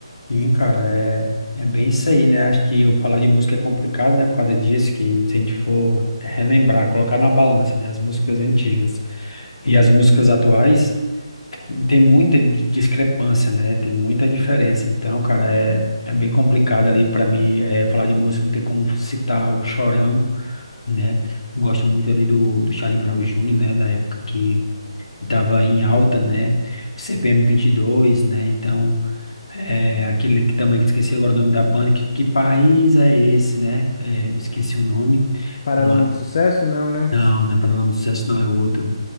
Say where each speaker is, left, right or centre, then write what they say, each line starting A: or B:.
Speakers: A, on the left; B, on the left.
A: sim, cara, é, é bem isso aí, né? Acho que eu falar de música é complicado, né? Por causa disso, que se a gente for relembrar, colocar na balança, né? As músicas antigas e as músicas atuais, Tem muita di- discrepância, né? Tem muita diferença. Então, cara, é, é bem complicado ali para mim é, falar de música, não tem como citar o Chorão, né? Gosto muito ali do, do Charlie Brown Jr., né? Na época que estava em alta, né? CPM dois, né? Então, é, aquele que também que esqueci agora o nome da banda, que, que país é esse, né? É, esqueci o nome.
B: Paralama
A: Ma-
B: de sucesso, não, né?
A: não, não é Paralama do Sucesso, não é outro.